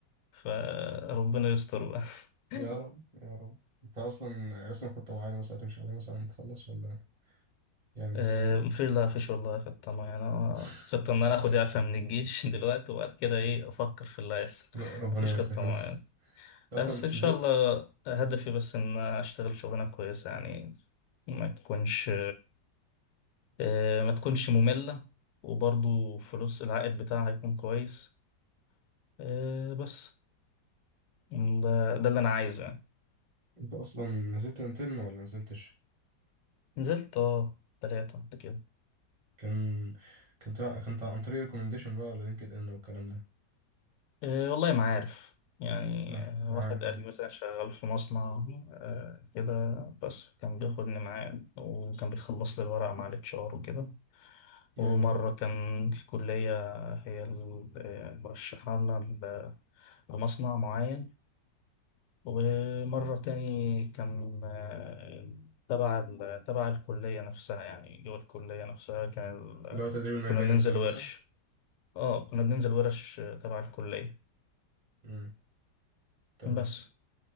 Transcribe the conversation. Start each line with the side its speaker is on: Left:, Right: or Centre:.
Left: فربنا يستر بقى <laughs>
Right: يا رب يا رب انت اصلا راسم خطة معينة مثلا هتمشي عليها مثلا لما تخلص ولا يعني
Left: أه
Right: ايه
Left: مفيش لا مفيش والله خطة معينة أنا
Right: <laughs>
Left: خطة إن أنا آخد إعفاء من الجيش <laughs> دلوقتي وبعد كده إيه أفكر في اللي هيحصل
Right: ر- ربنا
Left: مفيش
Right: يسهل
Left: خطة معينة
Right: انت اصلا
Left: بس إن شاء
Right: نزلت
Left: الله هدفي بس إن أشتغل شغلانة كويسة يعني ما تكونش آه، ما تكونش مملة وبرضو فلوس العائد بتاعها هيكون كويس آه، بس م، ده ده اللي أنا عايزه يعني
Right: انت اصلا نزلت انترن ولا نزلتش
Left: نزلت اه تلاتة قبل كده
Right: كان كان تع- كان تع- عن طريق ريكومنديشن بقى ولا لينكد ان والكلام ده
Left: آه، والله ما عارف يعني
Right: نعم
Left: آه،
Right: ما
Left: واحد
Right: عارف
Left: قال
Right: انا
Left: لي مثلا شغال في مصنع آه، كده بس كان
Right: مم.
Left: بياخدني معاه وكان بيخلص لي الورق مع الاتش ار وكده ومرة
Right: ايوه
Left: كان الكلية هي ال- آه، مرشحانا ل- لمصنع معين ومرة تاني كان آه، تبع ال- تبع الكلية نفسها يعني جوه الكلية نفسها كان ال...
Right: اللي هو التدريب الميداني
Left: كنا بننزل
Right: والكلام
Left: ورش
Right: ده صح
Left: اه كنا بننزل ورش آه، تبع الكلية
Right: امم تمام
Left: بس